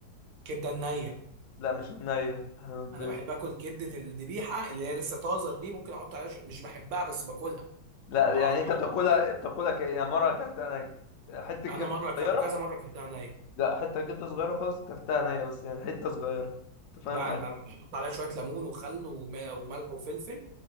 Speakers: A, on the right; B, on the left.
A: كبده النيه
B: لا مش النية احنا ب...
A: انا بحب اكل كبده الذبيحه اللي هي لسه طازه دي ممكن احط عليها شو... مش بحبها بس باكلها
B: لا
A: اقطعها
B: يعني انت بتاكلها
A: كده
B: بتاكلها ك... يعني مرة اكلت انا حتة كبدة
A: انا مره ك...
B: صغيرة
A: كذا مره اكلتها نيه
B: لا حتة كبدة صغيرة خالص اكلتها نية بس يعني حتة صغيرة انت فاهم
A: لا انا بحط عليها شويه ليمون وخل وما- وملح وفلفل